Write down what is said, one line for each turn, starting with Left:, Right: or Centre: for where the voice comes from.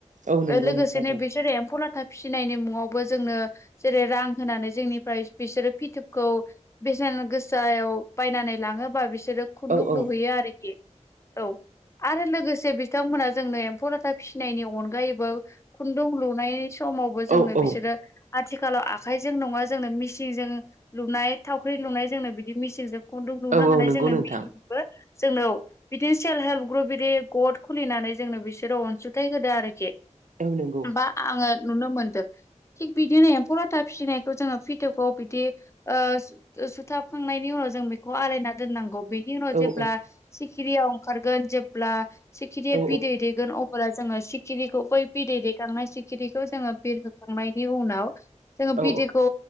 Right: औ नंगौ
Left: ओ लोगोसेनो
Right: नोंथां
Left: बिसोरो एम्फौ लाथा। फिनायनि मुङावबो जोंनो जेरै रां होनानै जोंनिफ्राय बिसोरो फिथोबखौ बेसेन गोसायाव बायनानै लाङो। होनबा बिसोरो खुन्दुं
Right: औ औ
Left: लुहैयो आरोखि औ। आरो लोगोसे बिथांमोनहा जोंनो एम्फौ लाथा फिसिनायनि अनगायैबो खुन्दुं लुनाय समावबो जोंनो
Right: औ औ
Left: बिसोरो आथिखालाव आखाइजों नङा जोंनो मिसिंजों लुनाय थावख्रि लुनाय जोंनो बिदि मेचिनजों खुन्दुं लुनो
Right: औ औ
Left: हानाय
Right: नंगौ
Left: जोंनो
Right: नोंथां
Left: मेचिनबो जोंनाव बिदिनो सेल्फ हेल्प ग्रुप बिदि गड खुलिनानै जोंनो बिसोरो अनसुंथाइ होदो आरोखि।
Right: औ नंगौ।
Left: बा आङो नुनो मोनदों। थिग बिदिनो एम्फौ लाथा फिसिनायखौ जोङो फ्रिथकआव बिदि ओ सु-सुथाबखांनायनि उनाव जों बेखौ आलायनानै दोननांगौ बेनि उनाव
Right: औ
Left: जेब्ला
Right: औ
Left: सिखिरियाव ओंखारगोन जेब्ला सेखिरिया
Right: औ
Left: बिदै दैेगोन अ ब्ला जोङो सिखिरिखौ बै बिदै दैखांनाय सिखिरिखौ जोङो बिरहोखांनायनि उनाव जोङो
Right: औ
Left: बिदैखौ